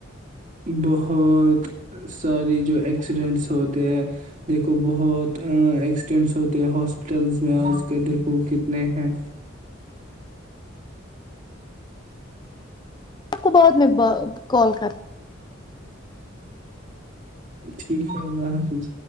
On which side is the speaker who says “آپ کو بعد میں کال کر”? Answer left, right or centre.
Left